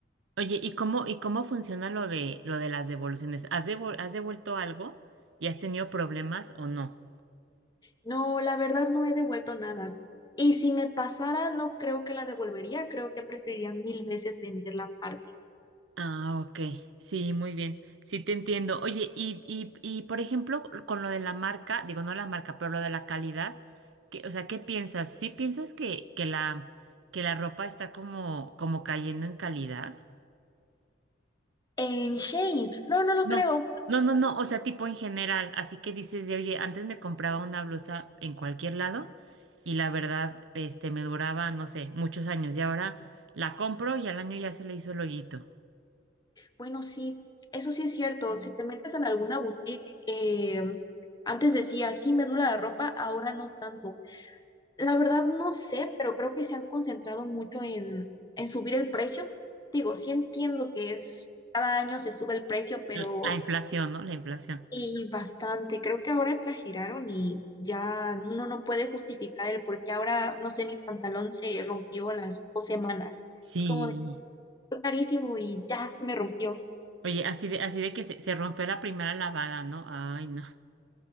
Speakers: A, on the right; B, on the left.
A: Oye, ¿y cómo, y cómo funciona lo de lo de las devoluciones? ¿Has devol- has devuelto algo y has tenido problemas o no?
B: No, la verdad no he devuelto nada. Y si me pasara, no creo que la devolvería, creo que preferiría mil veces vender la parte.
A: Ah, ok. Sí, muy bien. Sí, te entiendo. Oye, y, y, y por ejemplo, con lo de la marca, digo, no la marca, pero lo de la calidad, ¿qué- o sea, ¿qué piensas? ¿Sí piensas que, que la, que la ropa está como, como cayendo en calidad?
B: En Shane, no, no lo
A: No,
B: creo.
A: no, no, no, o sea, tipo en general, así que dices de, oye, antes me compraba una blusa en cualquier lado y la verdad, este, me duraba, no sé, muchos años y ahora la compro y al año ya se le hizo el hoyito.
B: Bueno, sí, eso sí es cierto. Si te metes en alguna boutique que antes decía, sí, me dura la ropa, ahora no tanto. La verdad no sé, pero creo que se han concentrado mucho en, en subir el precio. Digo, sí entiendo que es, cada año se sube el precio, pero
A: L- La inflación, ¿no? La inflación.
B: Y bastante, creo que ahora exageraron y ya uno no puede justificar el por qué ahora, no sé, mi pantalón se rompió a las dos semanas.
A: Sí.
B: Es como de "Fue carísimo y ya se me rompió.
A: Oye, así de, así de que se, se rompió la primera lavada, ¿no? Ay, no.